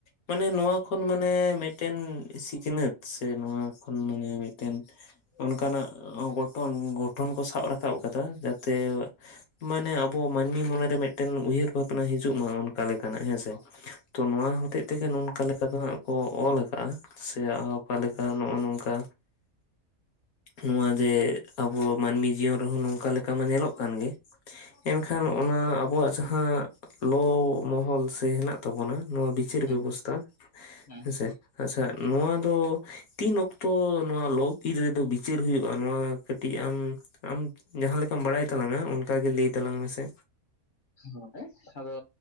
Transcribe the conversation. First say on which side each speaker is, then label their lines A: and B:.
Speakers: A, on the left; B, on the left.
A: ᱢᱟᱱᱮ ᱱᱚᱶᱟ ᱠᱷᱚᱱ ᱢᱟᱱᱮ ᱢᱤᱫ ᱴᱮᱱ ᱥᱤᱠᱷᱱᱟᱹᱛ ᱥᱮ ᱱᱚᱶᱟ ᱠᱷᱚᱱ ᱢᱟᱱᱮ ᱢᱤᱫ ᱴᱮᱱ ᱚᱱᱠᱟᱱᱟᱼᱜ ᱜᱚᱴᱷᱚᱱ, ᱜᱚᱴᱷᱚᱱ ᱠᱚ ᱥᱟᱵ ᱨᱟᱠᱟᱵ ᱟᱠᱟᱫᱟ ᱡᱟᱛᱮ? ᱢᱟᱱᱮ ᱟᱵᱚ ᱢᱟᱹᱱᱢᱤ ᱢᱚᱱᱮ ᱨᱮ ᱢᱤᱫᱴᱮᱱ ᱩᱭᱦᱟᱹᱨ ᱵᱷᱟᱵᱱᱟ ᱦᱤᱡᱩᱜ ᱢᱟ ᱚᱱᱠᱟ ᱞᱮᱠᱟᱱᱼᱟᱜ ᱦᱮᱸᱥᱮ ᱛᱚ ᱱᱚᱶᱟ ᱦᱚᱛᱮᱡ ᱛᱮᱜᱮ ᱱᱚᱝᱠᱟ ᱞᱮᱠᱟ ᱫᱚ ᱦᱟᱸᱜ ᱠᱚ ᱚᱞ ᱠᱟᱜᱼᱟ ᱥᱮ <unintelligible> ᱠᱟ
B: ᱦᱩᱸ,
A: ᱞᱮᱠᱟ ᱱᱚᱜᱼᱚ ᱱᱚᱝᱠᱟ᱾ ᱱᱚᱶᱟ ᱡᱮ ᱟᱵᱚ ᱢᱟᱹᱱᱢᱤ ᱡᱤᱭᱚᱱ ᱨᱮᱦᱚᱸ ᱱᱚᱝᱠᱟ ᱞᱮᱠᱟ ᱢᱟ ᱧᱮᱞᱚᱜ ᱠᱟᱱ ᱜᱮ᱾ ᱮᱱᱠᱷᱟᱱ ᱚᱱᱟ ᱟᱵᱚᱣᱟᱜ ᱡᱟᱦᱟᱸ ᱞᱚ ᱢᱚᱦᱚᱞ ᱥᱮ ᱦᱮᱱᱟᱜ ᱛᱟᱵᱚᱱᱟ ᱱᱚᱶᱟ ᱵᱤᱪᱟᱹᱨ
B: ᱦᱮᱸ
A: ᱵᱮᱵᱚᱥᱛᱷᱟ
B: ᱦᱮᱸ
A: ᱦᱮᱸᱥᱮ ᱟᱪᱪᱷᱟ ᱱᱚᱶᱟ ᱫᱚ ᱛᱤᱱ ᱚᱠᱛᱚ ᱛᱚ ᱱᱚᱶᱟ ᱞᱚ ᱵᱤᱨ ᱨᱮᱫᱚ ᱵᱤᱪᱟᱹᱨ ᱦᱩᱭᱩᱜᱼᱟ ᱱᱚᱶᱟ ᱠᱟᱹᱴᱤᱡ ᱟᱢ ᱟᱢ ᱡᱟᱦᱟᱸ ᱞᱮᱠᱟᱢ ᱵᱟᱲᱟᱭ ᱛᱟᱞᱟᱝᱼᱟ ᱚᱱᱠᱟᱜᱮ ᱞᱟᱹᱭ ᱛᱟᱞᱟᱝ ᱢᱮᱥᱮ,
B: ᱦᱳᱭ ᱟᱫᱚ